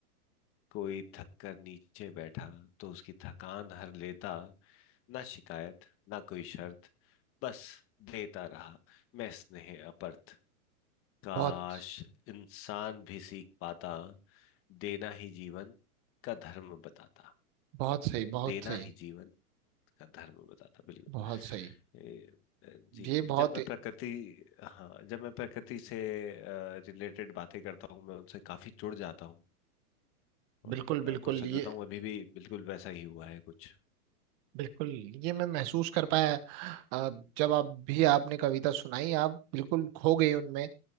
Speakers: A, on the left; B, on the right.
A: कोई थक कर नीचे बैठा तो उसकी थकान हर लेता ना शिकायत ना कोई शर्त बस देता रहा मैं स्नेह अपर्थ काश
B: बहुत
A: इंसान भी सीख पाता देना ही जीवन का धर्म बताता
B: बहुत सही बहुत
A: देना
B: सही
A: ही जीवन गंधर्व बताना बिल्कुल
B: बहुत सही
A: ए, जी
B: ये बहुत
A: जब मैं प्रकृति हाँ जब मैं प्रकृति से रिलेटेड बातें करता हूँ मैं उनसे काफी जुड़ जाता हूँ और
B: बिल्कुल
A: मैं
B: बिल्कुल
A: आपको सच
B: ये
A: बताऊं अभी भी बिल्कुल वैसा ही हुआ है कुछ
B: बिल्कुल ये मैं महसूस कर पाया अ, जब आप भी आपने कविता सुनाई आप बिल्कुल खो गए उनमें